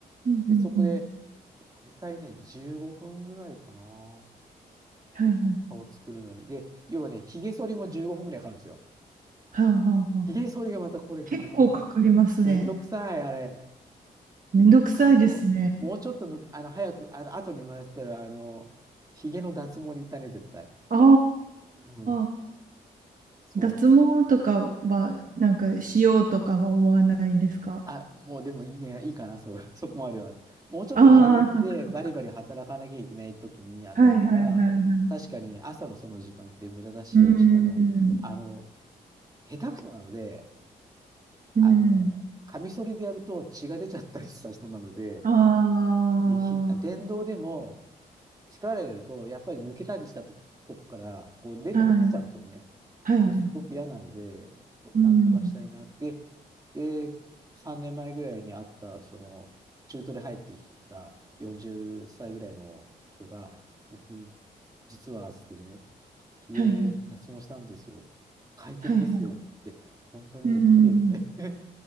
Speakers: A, on the right; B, on the right.
A: うんうんうん。
B: で、そこで、大体ね、15分ぐらいかな。
A: はいはい。
B: 顔作るのに。で、要はね、髭剃りも15分ぐらいかかるんですよ。
A: はあはあはあ。
B: ひげ剃りがまたこれが、
A: 結構かかりますね。
B: あの、めんどくさい、あれ。
A: めんどくさいですね。
B: 本当もうちょっとむ、あの、早く、あの、後に生まれてたら、あの、ひげの脱毛に行ったね、絶対。
A: あ
B: うん、
A: あ。
B: そう。
A: 脱毛とかは、なんか、しようとかは思わないんですか
B: あ、もうでもいいや、いいかな、そう、<laughs> そこまでは。もうちょっと現役でバリバリ働かなきゃいけない時に、
A: ああー、そっかそっか。
B: あだったら、
A: はいはいはいはい。
B: 確かに朝のその時間って無駄だし、
A: うーん
B: しかも、あの、下手くそなので、あの、
A: うん。
B: カミソリでやると血が出ちゃったりした人なので、
A: あ
B: で、ひ、電動でも、力入れると、やっぱり抜けたりしたとこから、こう出る、
A: あ、はい。
B: 出ちゃうんですよね。
A: はいはい。
B: ですごく嫌なので、そなんとかしたいなって。
A: うん。
B: で、3年前ぐらいに会った、その、中途で入ってきた40歳ぐらいの人が、僕、実は、つってね、ひげ脱毛したんですよ。
A: はいはい。
B: 快適ですよって。
A: はいはい。
B: 本当にね、
A: うん。
B: 綺麗でね。<laughs>